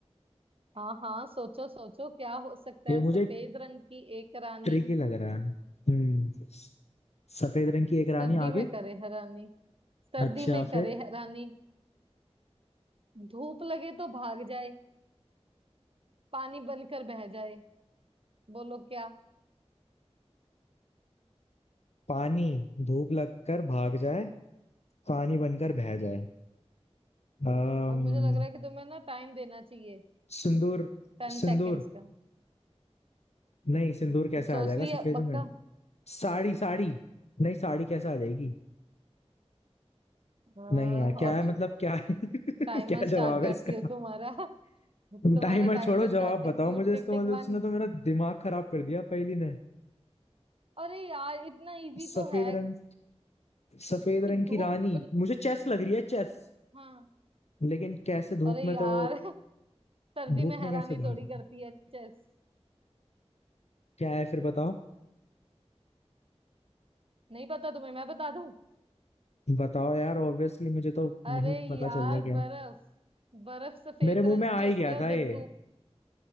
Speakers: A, on the right; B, on the left.
A: हाँ हाँ सोचो सोचो क्या हो सकता
B: ये
A: है
B: मुझे
A: सफेद रंग की एक रानी
B: ट्रिकी लग रहा है हम्म सफेद रंग की एक
A: सर्दी
B: रानी आगे
A: में करे हैरानी सर्दी
B: अच्छा
A: में
B: फिर
A: करे हैरानी धूप लगे तो भाग जाए पानी बनकर बह जाए बोलो क्या
B: पानी धूप लगकर भाग जाए पानी बनकर बह जाए अम्म
A: अब मुझे लग रहा है कि तुम्हें ना टाइम देना चाहिए
B: सिंदूर
A: टेन
B: सिंदूर
A: सेकेंड्स का
B: नहीं सिंदूर कैसे
A: सोच
B: आ जाएगा
A: लिया
B: सफेद
A: पक्का
B: में साड़ी साड़ी नहीं साड़ी कैसे आ जाएगी
A: हाँ
B: नहीं यार क्या
A: ऑप्शन
B: है मतलब क्या है <laughs>
A: टाइमर
B: क्या
A: स्टार्ट
B: जवाब
A: करती
B: है इसका
A: हो तुम्हारा <laughs> तुम्हारा
B: टाइमर
A: टाइमर
B: छोड़ो जवाब
A: स्टार्ट
B: बताओ
A: करती हो
B: मुझे
A: टिक
B: इसका
A: टिक
B: मतलब उसने
A: वन
B: तो मेरा दिमाग खराब कर दिया पहली ने
A: अरे यार इतना इजी
B: सफेद
A: तो है
B: रंग सफेद
A: कि
B: रंग की
A: धूप
B: रानी
A: मतलब-
B: मुझे चेस लग रही है चेस
A: हाँ
B: लेकिन कैसे धूप
A: अरे
B: में
A: यार
B: तो
A: <laughs> सर्दी
B: धूप
A: में
B: में
A: हैरानी
B: कैसे भागेंगे
A: थोड़ी करती है चेस
B: क्या है फिर बताओ
A: नहीं पता तुम्हें मैं बता दूं
B: बताओ यार ऑब्वियसली मुझे तो
A: अरे
B: नहीं पता
A: यार
B: चल रहा क्या है
A: बर्फ बर्फ सफेद
B: मेरे मुंह
A: रंग
B: में आ
A: की
B: ही
A: होती
B: गया
A: है और
B: था
A: जब
B: ये
A: धूप